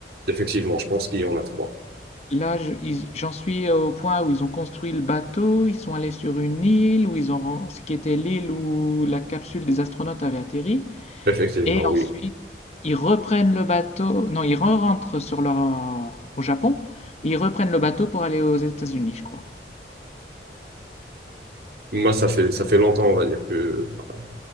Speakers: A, on the right; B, on the left.
A: Effectivement, je pense qu'il y en a trois.
B: Là, je- ils- j'en suis au point où ils ont construit le bateau, ils sont allés sur une île, où ils ont... ce qui était l'île où la capsule des astronautes avait atterri.
A: Effectivement,
B: Et
A: oui.
B: ensuite, ils reprennent le bateau. Non, ils rentrent sur leur... au Japon. et ils reprennent le bateau pour aller aux États-Unis, je crois.
A: Moi, ça fait, ça fait longtemps, on va dire, que, voilà,